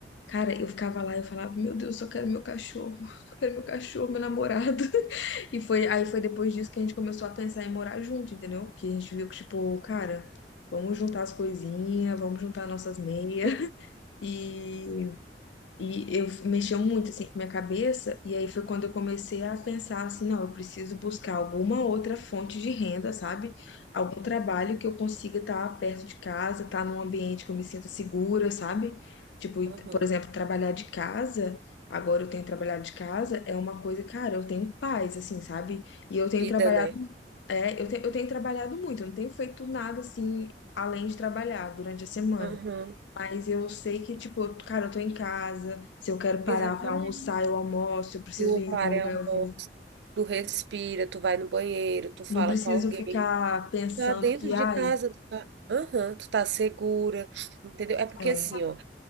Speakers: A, on the left (about 90°); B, on the right (about 70°).
A: cara, eu ficava lá, eu falava, meu Deus, eu só quero meu cachorro, <laughs> eu quero meu cachorro, meu namorado. E foi, aí foi depois disso que a gente começou a pensar em morar junto, entendeu? Que a gente viu que, tipo, cara, vamos juntar as coisinhas, vamos juntar nossas meias.
B: Hum.
A: <laughs> E e eu mexeu muito assim com minha cabeça, e aí foi quando eu comecei a pensar assim, não, eu preciso buscar alguma outra fonte de renda, sabe? Algum trabalho que eu consiga estar perto de casa, estar num ambiente que eu me sinta segura, sabe? Tipo, e-
B: Uhum.
A: por exemplo, trabalhar de casa, agora eu tenho trabalhado de casa, é uma coisa, cara, eu tenho paz, assim, sabe? E eu tenho
B: Vida,
A: trabalhado,
B: né?
A: é, eu tenho, eu tenho trabalhado muito, eu não tenho feito nada assim, além de trabalhar durante a semana.
B: Uhum.
A: Mas eu sei que, tipo, eu- cara, eu tô em casa. Se eu quero parar
B: Exatamente.
A: pra almoçar, eu almoço. eu preciso
B: tu
A: ir
B: para
A: de um lugar,
B: um
A: eu
B: pouco
A: vou.
B: tu respira, tu vai no banheiro, tu fala
A: Não preciso
B: com alguém,
A: ficar pensando
B: tá dentro
A: que, ai,
B: de casa, tu tá, aham, tu tá segura, entendeu? É porque
A: é.
B: assim, ó,